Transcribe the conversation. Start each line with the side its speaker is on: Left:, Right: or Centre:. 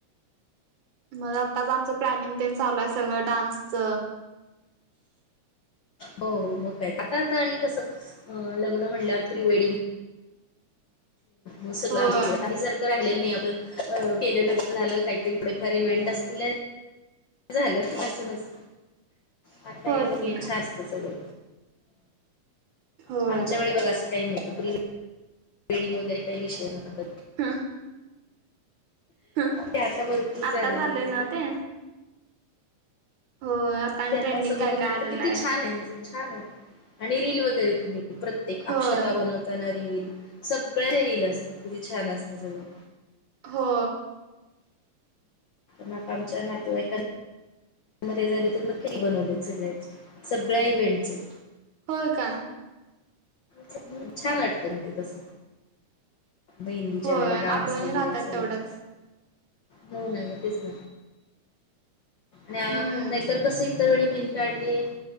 Right: मग आताच आमचं प्लॅनिंग त्यांनी चालू आहे सगळं डान्सच
Left: हो हो मग आता आता आणि कसं लग्न म्हणल्या प्रिवेडिंग ू सगळं
Right: होय
Left: त जारख राहिलं केलं झालं काहीतरी डेफार इव्हेंट असतील झालंूनच आता
Right: होय
Left: एकदमच्छ
Right: की
Left: असत सगळ
Right: होय.
Left: आमच्या वेळी बघ असं काही नव्हतं तुला वेडिंग वगैरे काही विषय नक
Right: ह ह
Left: ते आता भरपूर
Right: आता
Left: झालेले
Right: चाललंय
Left: आहे तसे
Right: ना ते. होय आणि
Left: ते आता
Right: ट्रेंडिंग
Left: असं बघून
Right: काय काय
Left: वाटतं
Right: आलेलं
Left: किती छान आहे म्हणजे छान आहे आणि रील वगैरे तुम्ही प्रत्येक
Right: होय
Left: अक्षता बनवताना रील सगळ्या रील असतात कि छान असत सगळं
Right: हो
Left: मग आमच्या नातेवाईकांना मध्ये झाले तर मग त्यांनी बनवलेत सगळेच सगळ्या इव्हेंटचे
Right: होय का
Left: छान वाटतं मग ते तस मेहेंदीच्या
Right: होय
Left: वेळेला डान्स
Right: आठवणी
Left: वगैरे
Right: राहतात
Left: असेल
Right: तेवढ्याच.
Left: ना होय ग तेच ना न नाहीतर
Right: हम्म
Left: कस इतर वेळी नेलतं ले